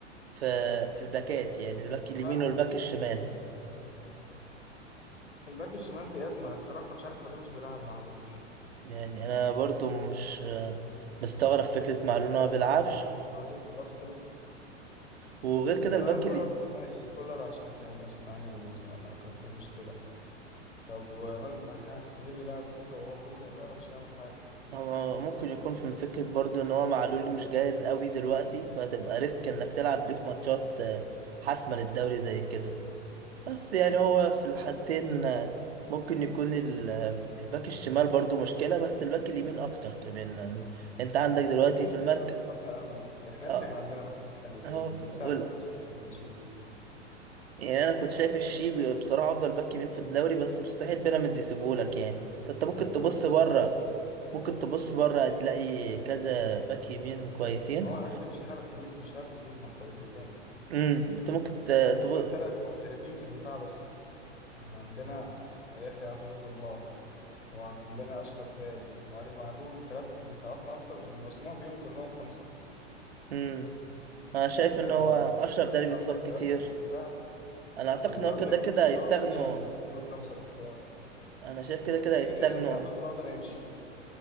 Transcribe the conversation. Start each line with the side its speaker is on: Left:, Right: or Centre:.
Right: في في الباكات يعني الباك
Left: الدفاع
Right: اليمين والباك الشمال
Left: الباك الشمال دي أزمة بصراحة أنا مش عارف هو ليه مش بيلعب معلول
Right: يعني انا برضو مش مستغرب فكرة معلول
Left: يعني
Right: إن هو
Left: هو
Right: بيلعبش
Left: هل فعلا معلول خلاص خلص كده
Right: وغير كده
Left: يعني
Right: الباك
Left: أنا كولر
Right: اللي
Left: ماشي كولر عشان كان مستعنده مثلا أو كان فيه مشكلة طب وعماد النحاس ليه بيلعب كوكا وهو كوكا ما بيعرفش يعمل حاجة
Right: هو ممكن يكون من فكرة برضو ان هو معلول مش جاهز قوي دلوقتي فهتبقى ريسك انك تلعب بيه في ماتشات آه، حاسمة للدوري زي كده بس يعني هو في الحالتين آه، ممكن يكون ال- آه، الباك الشمال برضو مشكلة بس الباك اليمين أكتر كمان لأن أنت عندك دلوقتي
Left: في منها
Right: في المركز
Left: فقدنا الأمل إحنا
Right: اه
Left: إمتى كان عندنا باك يمين حلو بجد
Right: هو
Left: من
Right: ولا
Left: ساعة أحمد فتحي ما مشي
Right: يعني أنا كنت شايف الشيبي بصراحة أفضل باك يمين في الدوري بس مستحيل بيراميدز يسيبهولك يعني فأنت
Left: مستحيل
Right: ممكن تبص
Left: مستحيل
Right: بره ممكن تبص بره هتلاقي كذا باك يمين كويسين
Left: هو إحنا مش هنعرف يجيب مش هنعرف يجيب محترفين تاني
Right: امم أنت ممكن
Left: عندنا
Right: تبص
Left: تلات محترفين في الدفاع بس إحنا عندنا يحيى عطية الله وعندنا أشرف داري وعلي معلول تلاتة في الدفاع وإحنا أصلا اللي مسموح بيهم كلهم خمسة
Right: امم أنا شايف
Left: فأنت
Right: إن هو أشرف داري بيتصاب
Left: عندك تلاتة
Right: كتير
Left: في الدفاع
Right: أنا أعتقد
Left: وعندك
Right: إن هو كده كده
Left: بشار
Right: هيستغنوا
Left: وبن شرقي دول الخمسة بتوعك
Right: انا شايف كده كده هيستغنوا
Left: كده كده يحيى عطية الله ده هيمشي